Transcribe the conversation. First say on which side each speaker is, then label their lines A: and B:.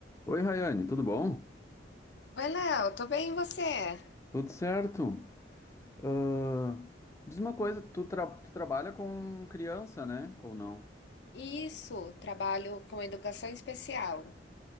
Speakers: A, on the left; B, on the left.
A: Oi, Rayane, tudo bom?
B: Oi, Léo, tô bem, e você?
A: Tudo certo? Ah, diz uma coisa, tu, tra- tu trabalha com criança, né? Ou não?
B: Isso, trabalho com educação especial.